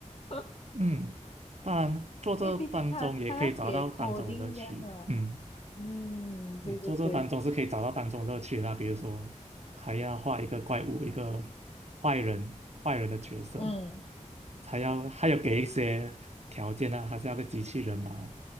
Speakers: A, on the left; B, on the right.
A: <laughs>
B: 嗯，当然做这当中也可以找到当中的乐趣。
A: 因为毕竟他他要写 coding 这样啊，
B: 嗯。
A: 嗯，
B: 你做这当中是可以找到当中乐趣的啦，
A: 对对对，
B: 比如说还要画一个怪物，一个坏人，坏人的角色，
A: 嗯
B: 还要还有给一些条件啊，他是要个机器人啊，